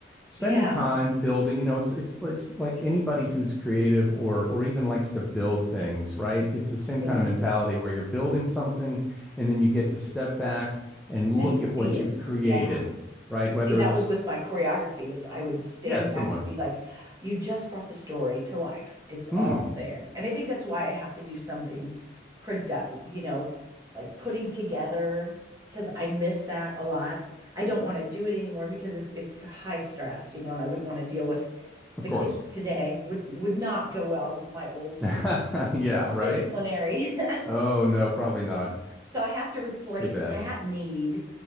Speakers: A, in the centre; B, on the right.
A: spending
B: Yeah.
A: time building, you know, it's it's it's like anybody who's creative or or even likes to build things, right? It's the same
B: Yeah.
A: kind of mentality where you're building something and then you get to step back and look
B: And see
A: at what
B: it.
A: you've created,
B: Yeah.
A: right? Whether
B: See, that
A: it's
B: was with my choreography is I would stand
A: yeah, it's similar.
B: back and be like, you just brought the story to life. It's
A: Mm,
B: all there. And I think that's why I have to do something product, you know, like putting together because I miss that a lot. I don't want to do it anymore because it's it's high stress, you know, and I wouldn't want to deal with
A: of
B: the
A: course.
B: kids today would would not go well with my old school
A: <laughs>
B: you know,
A: Yeah, right?
B: disciplinary. <laughs>
A: Oh, no, probably not.
B: so I have to replace
A: Too bad.
B: that need